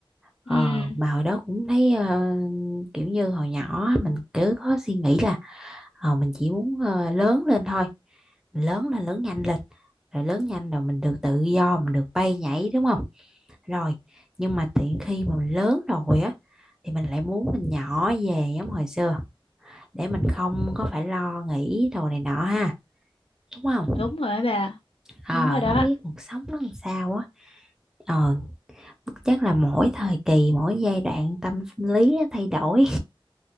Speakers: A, in the centre; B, on the left.
A: Ờ,
B: Ừ,
A: mà hồi đó cũng thấy ờ, kiểu như hồi nhỏ á, mình cứ có suy nghĩ là ờ, mình chỉ muốn ờ, lớn lên thôi. Mình lớn lên lớn nhanh lên. Rồi lớn nhanh rồi mình được tự do, mình được bay nhảy đúng không? Rồi, nhưng mà tiện khi mà mình lớn rồi á thì mình lại muốn mình nhỏ về giống hồi xưa để mình không có phải lo nghĩ đồ này nọ ha đúng không
B: đúng rồi á bà,
A: ờ
B: đúng rồi đó,
A: không biết cuộc sống nó làm sao á ờ chắc là mỗi thời kỳ mỗi giai đoạn tâm sinh lý nó thay đổi